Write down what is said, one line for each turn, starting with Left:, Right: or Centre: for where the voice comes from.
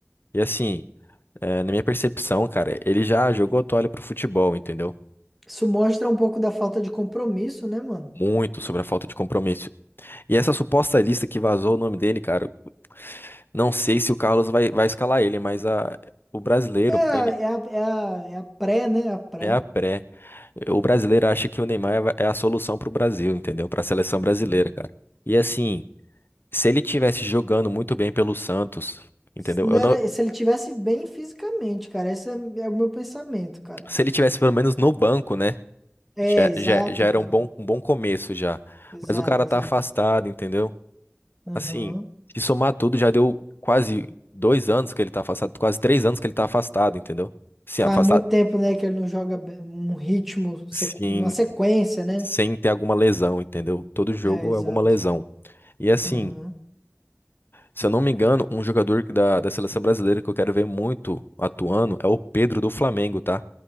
Left: e assim, é, na minha percepção, cara, ele já jogou a toalha pro futebol, entendeu?
Centre: Isso mostra um pouco da falta de compromisso, né, mano?
Left: Muito sobre a falta de compromisso. E essa suposta lista que vazou o nome dele, cara, não sei se o Carlos vai, vai escalar ele, mas a, o brasileiro,
Centre: É,
Left: ele
Centre: a- é a, é a, é a pré, né? A pré.
Left: é a pré. O brasileiro acha que o Neymar é é a solução pro Brasil, entendeu? Pra seleção
Centre: Uhum.
Left: brasileira, cara. E assim, se ele tivesse jogando muito bem pelo Santos, entendeu?
Centre: Se, não
Left: Eu
Centre: era,
Left: não,
Centre: se ele tivesse bem fisicamente, cara. Esse é, é o meu pensamento, cara.
Left: se ele tivesse pelo menos no banco, né?
Centre: É,
Left: Já,
Centre: exato,
Left: já, já era
Centre: cara.
Left: um bom, um bom começo já.
Centre: Exato,
Left: Mas o cara tá
Centre: exato.
Left: afastado, entendeu?
Centre: Aham.
Left: assim, se somar tudo, já deu quase dois anos que ele tá afastado, quase três anos que ele tá afastado, entendeu? Sim,
Centre: Faz
Left: afastado,
Centre: muito tempo, né, que ele não joga bem- um ritmo, sequ-
Left: sim,
Centre: uma sequência, né?
Left: sem ter alguma lesão, entendeu? Todo jogo
Centre: É, exato.
Left: é alguma lesão. E assim,
Centre: Aham.
Left: se eu não me engano, um jogador da, da seleção brasileira que eu quero ver muito atuando é o Pedro do Flamengo, tá?